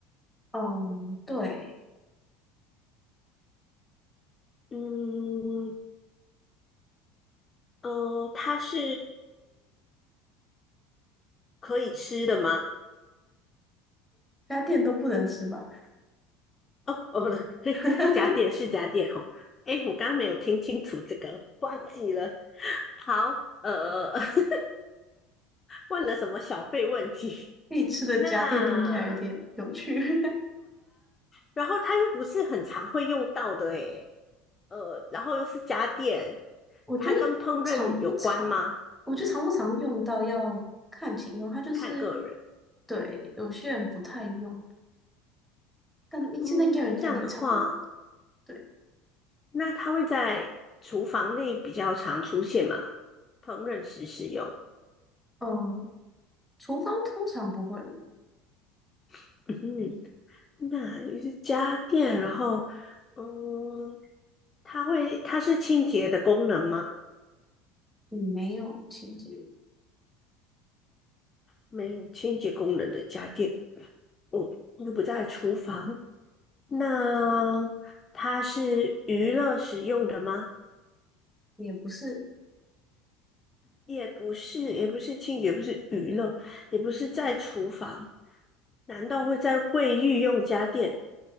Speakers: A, in the centre; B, on the left (about 25°).
A: 哦，对，
B: 嗯，呃，它是可以吃的吗？
A: 家电都不能吃吧？
B: 哦哦，不对，嘿，
A: <laughs>
B: 假点是假点哦。诶，我刚刚没有听清楚这个，忘记了。好，呃，<laughs> 问了什么小费问题？
A: 必吃的家电听起来有点有趣。
B: <laughs> 那
A: <laughs>
B: 然后它又不是很常会用到的，诶。呃，然后又是家电，
A: 我觉得常不常，
B: 它跟烹饪有关吗？
A: 我觉得常不常用到要看情况，它就是
B: 看个人。
A: 对有些人不太用，但现在应该有人应该蛮常用的
B: 嗯，这样的话，
A: 对，
B: 那它会在厨房内比较常出现嘛？烹饪时使用。
A: 嗯，厨房通常不会，
B: <laughs> 嗯，那也是家电，然后嗯，它会它是清洁的功能吗？
A: 嗯没有清洁，
B: 没有清洁功能的家电，嗯，又不在厨房。那它是娱乐使用的吗？
A: 也不是，
B: 也不是，也不是清洁，也不是娱乐，也不是在厨房，难道会在卫浴用家电？